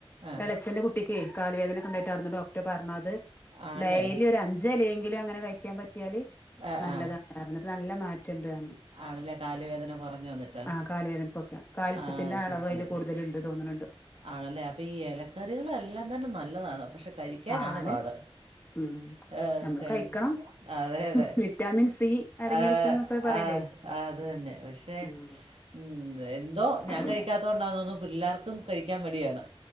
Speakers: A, on the right (about 80°); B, on the left (about 20°).
A: ആ
B: എളച്ചന്റെ കുട്ടിക്കെ കാല് വേദനക്കെ ഇണ്ടായിട്ട് അവിട്ന്ന് ഡോക്ടറ് പറഞ്ഞ അത്
A: ആണല്ലേ
B: ഡെയ്ലി ഒരഞ്ചെലെങ്കിലും അങ്ങനെ കഴിക്കാൻ പറ്റിയാല്
A: ആ
B: നല്ലതാ
A: ആ
B: <unintelligible> ഇന്നിട്ട് നല്ല മാറ്റണ്ട് പറഞ്ഞ്
A: ആണല്ലേ കാലുവേദന കുറഞ്ഞു വന്നിട്ട്
B: ആഹ് കാല് വേദനക്കൊക്കെ കാൽസ്യത്തിന്റെ
A: ആ
B: അളവ്
A: ശരി
B: അയില്
A: ശരി
B: കൂട്തല്ണ്ട് തോന്നണ് ഇണ്ട്
A: ആണല്ലേ അപ്പൊ ഈ എലക്കറികള് എല്ലാം തന്നെ നല്ലതാണ് പക്ഷെ കഴിക്കാനാണ്
B: ആണ്
A: പാട്.
B: ഉം
A: ഏ,
B: ഞമ്മള്
A: കഴി
B: കഴിക്കണം
A: അതെ അതെ
B: വിറ്റാമിൻ സി അടങ്ങിയിരിക്കുന്നൊക്കെ
A: ആഹ്
B: പറയിലേ
A: ആഹ് അത് തന്നെ പക്ഷേ
B: ഉം
A: ഉം എന്തോ ഞാൻ
B: അല്ലേ
A: കഴിക്കാത്തോണ്ടാ തോനുന്നു പിള്ളേർക്കും കഴിക്കാൻ മടിയാണ്